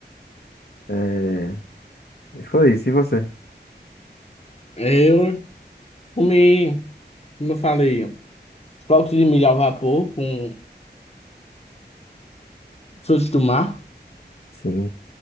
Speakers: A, on the left; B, on the left.
A: eh, E foi isso, e você?
B: Eu comi, como eu falei, flocos de milho ao vapor com frutos do mar.
A: Sim,